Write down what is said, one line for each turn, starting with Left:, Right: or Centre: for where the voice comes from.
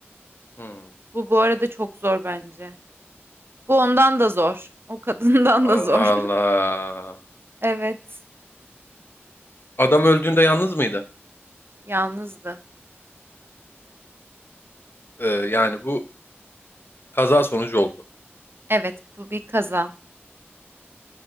Left: Hmm.
Right: Bu bu arada çok zor bence. Bu ondan da zor. O kadından
Left: Allah
Right: da zor.
Left: Allah.
Right: <laughs> Evet,
Left: Adam öldüğünde yalnız mıydı?
Right: yalnızdı.
Left: Ee, yani bu kaza sonucu oldu.
Right: Evet, bu bir kaza.